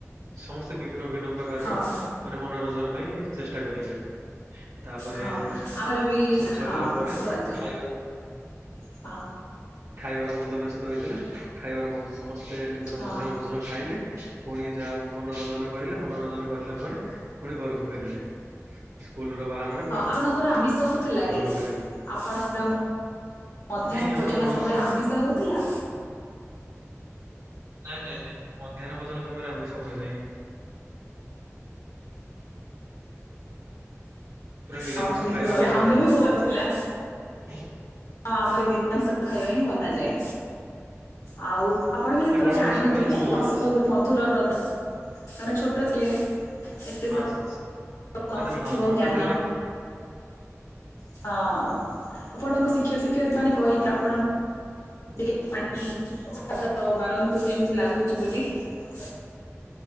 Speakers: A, on the right; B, on the left.
A: ସମସ୍ତେ ବିଭିନ୍ନ ବିଭିନ୍ନ ପ୍ରକାରର
B: ହଁ ହଁ
A: ମାନେ ମନୋରଞ୍ଜନ ପାଇଁ ଚେଷ୍ଟା କରିଲେ। ତାପରେ
B: ହଁ ଆମର ବି
A: ସବୁ ସରିଲା
B: ହଁ
A: ପରେ
B: ହଁ କୁହନ୍ତୁ
A: ଖାଇବାର
B: ହଁ।
A: ଖାଇବାର ବନ୍ଦୋବ୍ୟସ୍ତ ହେଇଥିଲା ଖାଇବାର ବନ୍ଦ ସମସ୍ତେ ନିଜର
B: ହଁ
A: ମଧ୍ୟାହ୍ନ ଭୋଜନ ଖାଇଲେ ଫୁଣି ଯାହା ମନୋରଞ୍ଜନ କରିଲେ ମନୋରଞ୍ଜନ କରିଲା ପରେ ପୁଣି ଘରକୁ ଫେରିଲେ। ସ୍କୁଲ ର ବାହାନାରେ ପୁଣି
B: ହଁ ଆପଣଙ୍କର ଆମିଷ ହଉଥିଲା
A: ଘରକୁ
B: କି?
A: ଫେରିଲେ।
B: ଆପଣଙ୍କର ମଧ୍ୟାହ୍ନ
A: ନାଇଁ ଆମର
B: ଭୋଜନ
A: ବଣଭୋ
B: ସମୟରେ ଆମିଷ ହଉଥିଲା?
A: ନାଇଁ ନାଇଁ ନାଇଁ ମଧ୍ୟାହ୍ନ ଭୋଜନ ସମୟରେ ଆମିଷ ହୁଏ ନାହିଁ। ପୁରା ନିରାମିଷ
B: ହଁ ନିହାତି
A: ଖାଇବା
B: ଭାବେ
A: ଗୁଡାକ
B: ଆମର
A: ବନାଯାଏ।
B: ବି ହଉନଥିଲା। ହଁ ଆମର ନିରାମିଷ ଖାଇବା ହିଁ ବନାଯାଏ ଆଉ ଆପଣ ବି ସେତେବେଳେ
A: ନାଇଁ ବଣଭୋଜି
B: ଜାଣିନଥିବେ
A: ସମୟରେ
B: ନାଇଁ
A: ସମୟର
B: ଅଂଶୁପା ଗୋ ମଧୁର ହ୍ରଦ କାରଣ ଛୋଟ ଥିଲେ ଏତେ
A: ହଁ
B: ସବୁ
A: ସେ ସେ
B: ନଥିବ
A: ସେତେବେଳେ ହଁ ଛୋଟ
B: ଜ୍ଞାନ
A: ଥିଲେ।
B: ହଁ ଆପଣଙ୍କ ଶିକ୍ଷକ ଶିକ୍ଷୟିତ୍ରୀମାନେ କହିଥିବେ ଆପଣ ଟିକେ ପାଣି ପାାଦ ମାରନ୍ତୁ କେମତି ଲାଗୁଛି ବୋଲି ଠ